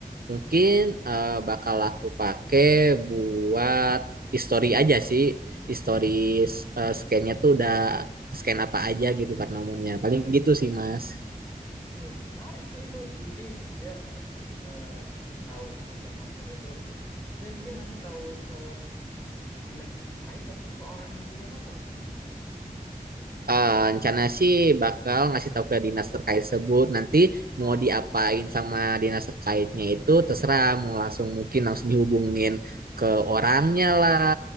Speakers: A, on the right; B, on the left.
A: mungkin eh, bakal aku pakai buat history aja sih. History
B: Mm.
A: eh, scan-nya tuh udah scan apa aja gitu part nomornya. Paling gitu sih, Mas.
B: Iya, menarik sih itu. Jadi dia eh, ngasih tahu motor-motor itu. Berarti nanti dia ngasih tahu ke dinas terkait atau ke orang yang punya motor atau Mas? ya?
A: Eh, rencana sih bakal ngasih tahu ke dinas terkait sebut nanti
B: Oh.
A: mau diapain sama dinas terkaitnya itu terserah mau langsung mungkin langsung dihubungin ke orangnya lah